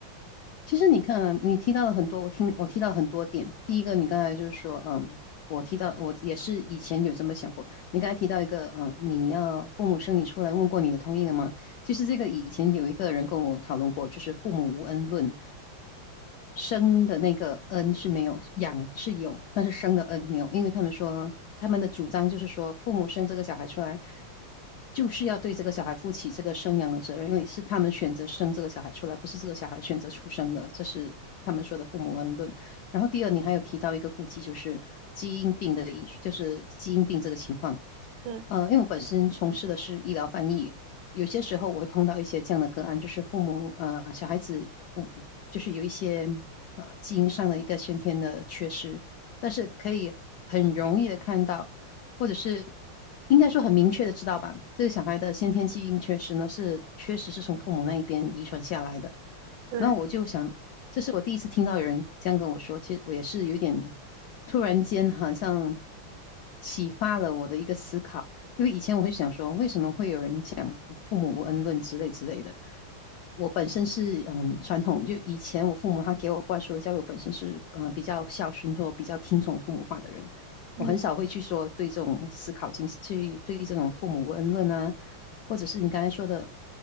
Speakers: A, on the left; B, on the right.
A: 其实你看啊你提到了很多，我听我提到了很多点。第一个，你刚才就是说，嗯，我提到我也是以前有这么想过。你刚才提到一个，嗯，你要父母生你出来问过你的同意了吗？其实这个以前有一个人跟我讨论过，就是父母无恩论，生的那个恩是没有，养是有，但是生的恩没有，因为他们说他们的主张就是说，父母生这个小孩出来，就是要对这个小孩负起这个生养的责任，因为是他们选择生这个小孩出来，不是这个小孩选择出生的，这是他们说的父母恩论。然后第二，你还有提到一个顾忌，就是基因病的医，就是基因病这个情况。
B: 对
A: 呃，因为我本身从事的是医疗翻译，有些时候我会碰到一些这样的个案，就是父母呃小孩子，嗯，就是有一些呃基因上的一个先天的缺失，但是可以很容易的看到，或者是应该说很明确的知道吧，这个小孩的先天基因缺失呢是确实是从父母那一边遗传下来的。
B: 对
A: 那我就想，这是我第一次听到有人这样跟我说，其实我也是有点突然间好像启发了我的一个思考。因为以前我会想说，为什么会有人讲父母无恩论之类之类的？我本身是嗯传统，就以前我父母他给我灌输的教育，我本身是嗯、呃比较孝顺或比较听从父母话的人，
B: 嗯，
A: 我很少会去说对这种思考进行去对这种父母无恩论啊，或者是你刚才说的，